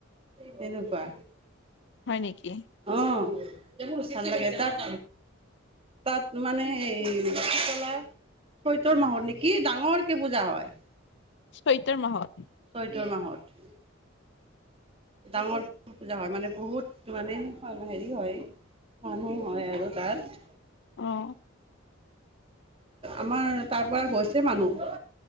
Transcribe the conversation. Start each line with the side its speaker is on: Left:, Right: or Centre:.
Right: তেনেকুৱা।
Left: হয় নেকি?
Right: অ', ভাল লাগে তাত তাত মানে সেয়ি শীতলা চৈতৰ মাহত নেকি, ডাঙৰ কে পূজা হয়।
Left: চৈতৰ মাহত?
Right: চৈতৰ মাহত। ডাঙৰ পূজা হয়, মানে বহুত তো মানে হেৰি হয়, মানুহ হয় আৰু তাত।
Left: অ'।
Right: আমাৰ তাৰ পৰা গৈছে মানুহ,